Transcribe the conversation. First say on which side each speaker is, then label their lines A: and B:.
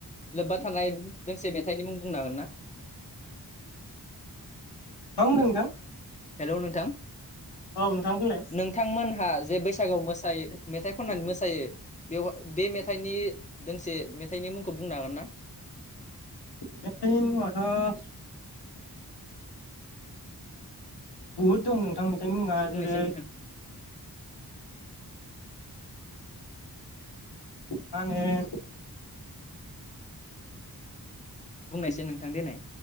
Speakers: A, on the left; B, on the left.
A: लोब्बा थानाय दोंसे मेथाइनि मुं बुंनो हागोन ना?
B: मा बुंदों नोंथां?
A: हेलौ नोंथां।
B: औ नोंथां बुंलाय
A: नोंथांमोनहा जे बैसागोआव मोसायो मेथाइ खननानै मोसायो बेव बे मेथाइनि दोंसे मेथाइनि मुंखौ बुंनो हागोन ना?
B: मेथायनि मुंआथ' बुहुत दं नोंथांमोन। मुङा
A: बुंनायसै
B: जेरै
A: नोंथां
B: मा होनो
A: बुंनायसाय नोंथां देनाय।